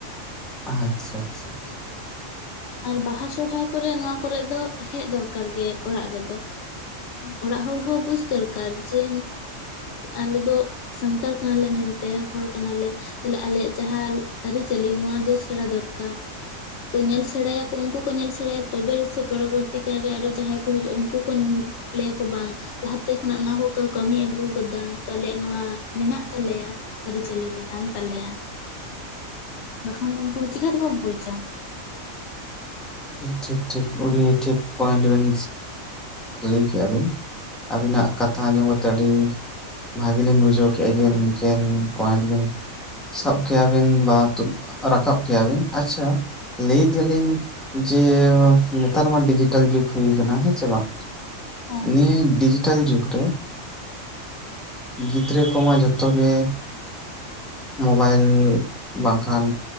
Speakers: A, in the centre; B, on the left.
A: ᱟᱪᱪᱷᱟ ᱟᱪᱪᱷᱟ ᱟᱪᱪᱷᱟ
B: ᱟᱨ ᱵᱟᱦᱟ ᱥᱚᱦᱨᱟᱭ ᱠᱚᱨᱮ ᱱᱚᱣᱟ ᱠᱚᱨᱮ ᱫᱚ ᱦᱮᱡ ᱫᱚᱨᱠᱟᱨ ᱜᱮ ᱚᱲᱟᱜ ᱨᱮᱫᱚ ᱚᱲᱟᱜ ᱦᱚᱲ ᱦᱚᱸ ᱵᱩᱡᱽ ᱫᱚᱨᱠᱟᱨ ᱡᱮ ᱟᱞᱮ ᱫᱚ ᱥᱟᱱᱛᱟᱲ ᱠᱟᱱᱟ ᱞᱮ ᱢᱮᱱᱛᱮ ᱦᱚᱲ ᱠᱟᱱᱟᱞᱮ ᱟᱞᱮᱭᱟᱜ ᱡᱟᱦᱟᱸ ᱟᱹᱨᱤᱼᱪᱟᱹᱞᱤ ᱱᱚᱣᱟ ᱫᱚ ᱥᱮᱬᱟ ᱫᱚᱨᱠᱟᱨ ᱪᱮ ᱧᱮᱞ ᱥᱮᱬᱟᱭᱟᱠᱚ ᱩᱱᱠᱩ ᱠᱚ ᱧᱮᱞ ᱥᱮᱬᱟᱭᱟ ᱛᱚᱵᱮ ᱥᱮ ᱯᱚᱨᱚᱵᱚᱨᱛᱤ ᱠᱟᱞ ᱨᱮ ᱟᱨᱦᱚᱸ ᱡᱟᱦᱟᱸᱭ ᱠᱚ ᱦᱤᱡᱩᱜᱼᱟ ᱩᱱᱠᱩ ᱠᱚ ᱞᱟᱹᱭ ᱭᱟᱠᱚ ᱵᱟᱝ ᱞᱟᱦᱟᱛᱮ ᱠᱷᱚᱱᱟᱜ ᱚᱱᱟ ᱦᱚᱸᱠᱚ ᱠᱟᱹᱢᱤ ᱟᱹᱜᱩ ᱟᱠᱟᱫᱟ ᱛᱚ ᱟᱞᱮᱭᱟᱜ ᱱᱚᱣᱟ ᱢᱮᱱᱟᱜ ᱛᱟᱞᱮᱭᱟ ᱟᱹᱨᱤᱼᱪᱟᱹᱞᱤ ᱞᱮᱠᱟᱱ ᱛᱟᱞᱮᱭᱟ ᱵᱟᱝᱠᱷᱟᱱ ᱫᱚ ᱩᱱᱠᱩ ᱪᱤᱠᱟᱹ ᱛᱮ ᱠᱚ ᱵᱩᱡᱽ ᱮᱫᱟ
A: ᱴᱷᱤᱠ ᱴᱷᱤᱠ ᱴᱷᱤᱠ ᱴᱷᱤᱠ ᱯᱚᱭᱮᱱᱴ ᱵᱤᱱ ᱞᱟᱹᱭ ᱠᱮᱜᱼᱟ ᱵᱤᱱ ᱟᱹᱵᱤᱱᱟᱜ ᱠᱟᱛᱷᱟ ᱟᱸᱡᱚᱢ ᱠᱟᱛᱮᱫ ᱟᱹᱰᱤ ᱱᱚᱣᱟ ᱜᱮᱞᱤᱧ ᱵᱩᱡᱷᱟᱹᱣ ᱠᱮᱫᱼᱟ ᱡᱮ ᱢᱮᱱᱛᱮᱱ ᱯᱚᱭᱮᱱᱴ ᱵᱤᱱ ᱥᱟᱵ ᱠᱮᱭᱟ ᱵᱤᱱ ᱵᱟᱝ ᱨᱮ ᱨᱟᱠᱟᱵ ᱠᱮᱭᱟᱵᱤᱱ ᱟᱪᱪᱷᱟ ᱞᱟᱹᱭ ᱮᱫᱟ ᱞᱤᱧ ᱡᱮ ᱱᱮᱛᱟᱨ ᱢᱟ ᱰᱤᱡᱤᱴᱟᱞ ᱡᱩᱜᱽ ᱦᱩᱭ ᱟᱠᱟᱱᱟ ᱦᱮᱸ ᱥᱮ ᱵᱟᱝ
B: ᱦᱮᱸ
A: ᱱᱤᱭᱟᱹ ᱰᱤᱡᱤᱴᱟᱞ ᱡᱩᱜᱽ ᱨᱮ ᱜᱤᱫᱽᱨᱟᱹ ᱠᱚᱢᱟ ᱡᱚᱛᱚ ᱜᱮ ᱢᱚᱵᱟᱭᱤᱞ ᱵᱟᱝᱠᱷᱟᱱ